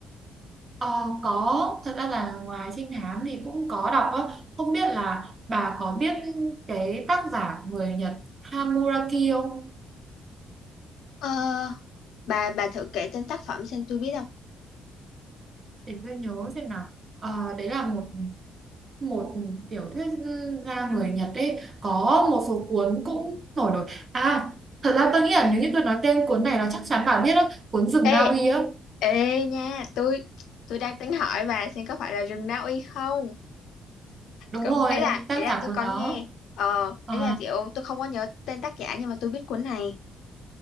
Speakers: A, on the right; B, on the left.
A: ờ, có thật ra là ngoài trinh thám thì cũng có đọc á không biết là bà có biết cái tác giả người Nhật Hamuraki không
B: Ờ, bà bà thử kể tên tác phẩm xem tôi biết không
A: để tôi nhớ xem nào Ờ, đấy là một một tiểu thuyết gia người Nhật ấy có một số cuốn cũng nổi nổi à thật ra tôi nghĩ là nếu như tôi nói tên cuốn này là chắc chắn bạn biết đó cuốn rừng
B: Ê,
A: Na Uy á
B: ê nha, tôi tôi đang tính hỏi bà xem có phải là rừng Na Uy không?
A: đúng
B: C
A: rồi
B: ấy là
A: tác
B: ấy là
A: giả
B: tôi
A: cuốn
B: có
A: đó
B: nghe. Ờ,
A: à,
B: ấy là kiểu tôi không có nhớ tên tác giả nhưng mà tôi biết cuốn này.